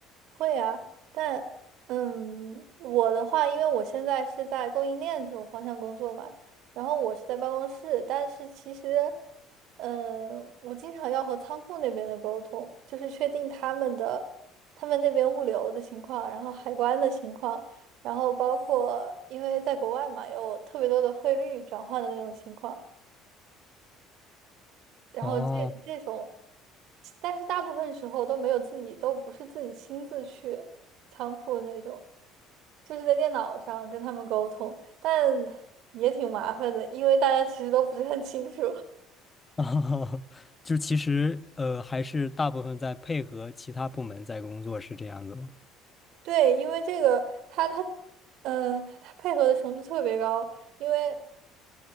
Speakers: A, on the right; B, on the left.
A: 会啊，但嗯，我的话，因为我现在是在供应链这种方向工作嘛，然后我是在办公室，但是其实，嗯，我经常要和仓库那边的沟通，就是确定他们的他们那边物流的情况，然后海关的情况，然后包括因为在国外嘛，有特别多的汇率转换的那种情况。然后这这种，
B: 哦。
A: 但是大部分时候都没有自己，都不是自己亲自去仓库那种，就是在电脑上跟他们沟通，但也挺麻烦的，因为大家其实都不是很清楚。
B: 哦，<laughs> 就其实呃，还是大部分在配合其他部门在工作，是这样子吗？
A: <laughs> 对，因为这个他他，嗯，他配合的程度特别高，因为。